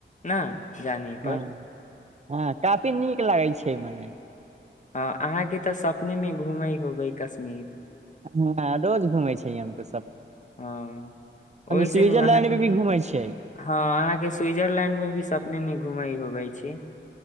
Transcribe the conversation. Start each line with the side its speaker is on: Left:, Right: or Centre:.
Left: ने जाने पर
Right: हँ हँ काफी नीक लागै छै मने
Left: ह अहाँके तऽ सपने मे घूमै होबै कश्मीर
Right: हँ रोज घुमे छै त
Left: हँ ओहि से
Right: स्विजरलैंड
Left: ने अहके
Right: भी घूमै छियै
Left: हँ अहाँके स्विजरलैंड मे भी सपने मे घुमइ होबै छै